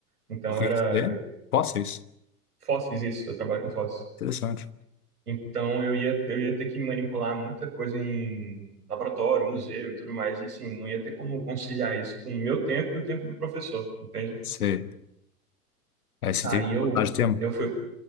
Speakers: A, on the right; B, on the left.
A: Então
B: O que
A: era
B: que você? Posso isso?
A: fósseis isso, eu trabalho com fósseis.
B: Interessante.
A: Então eu ia, eu ia ter que manipular muita coisa em laboratório, museu e tudo mais, e assim, não ia ter como conciliar isso com o meu tempo e o tempo do professor, entende?
B: Sei. Aí você
A: Aí
B: tem que
A: eu,
B: botar de tema.
A: eu fui,